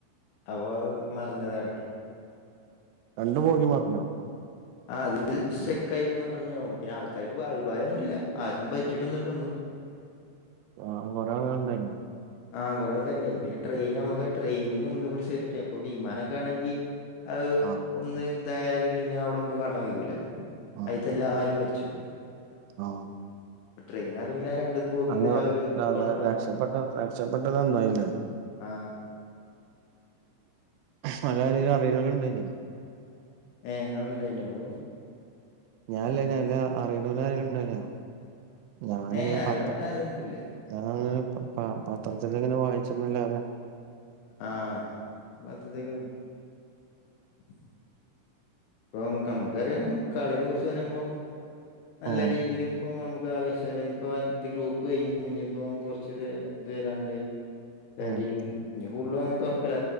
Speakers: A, on the left; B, on the right.
A: അപ്പൊ അത് മറിഞ്ഞതാണ്
B: രണ്ടു പോക്കി മാത്രോ
A: ആ അത് ചെക്കായിന്ന് പറഞ്ഞ പിന്നെ ആൾക്കാർക്ക്ഭായംൊന്നുമല്ല ആർക്കും പറ്റിയിട്ടൊന്നല്ലോ ഒന്ന്ു
B: ആ കൊറെ ആളൾണ്ടായി
A: ആഹ കൊറെക്കെണ്ടായിന് പിന്നെടെയിൻ നമുക്ക ട്രെയിനിന് ഒന്ന കൂടി സേഫ്റ്റിായി അപ്പൊ വിമാനൊക്കെ ആണെങ്കിൽ അത്
B: ആഹ്
A: ഒന്ന് ഇതായാല് പിന്നെ അവിടെൊന്നും കാട്ടാൻ വിക്കൂല
B: ആഹ്
A: ആയിത്തല്ല ആരും മരിച്ചു
B: ആഹ്
A: ട്രെയിനാർനണ്ട് ഇത് പോകിയത്
B: അല്ല
A: ആ ഒരു
B: അതാ
A: ഉൾപായ
B: രക്ഷപ്പെട്ട രക്ഷപ്പെട്ടത് നന്നായില്ലേ
A: ആഹ
B: അല്ലാരനും അറിയുന്നവ ഉണ്ടായിു
A: ഏ ങ്ങണ്ടായിനോ അവ
B: ഞാനൻല്ല അറണ്ടല്ലരണ്ടല്ലോ ഞാനിങ്ങനെ
A: ഏ അറിയണോരാരൊന്നുല്ല
B: പത്രം ഞാനങ്ങനെ പത്രത്തി ഇങ്ങനെ വായിച്ചന്നല്ലാതെ
A: ആഹ മത്രക്ക <inaudible> ഇപ്പ നക്ക് നമ്മുക്കറിയാം കളിയെ കുറിച്ച് പറയുമ്പോ നല്ല
B: ഉം
A: രീതിൽ ഇപ്പ നമ്മുക്ക് ആവേശ ഇപ്പ ഇത് ഗ്രൂപ്പ് കഴിഞ്ഞ് കഴി ഇപ്പോ കുറച്ച് ഇ ഇത് തരാണ്ട്
B: ഉം
A: ട്ടി ഇനി കൂടുതലും അങ്ങനെ തുറക്കല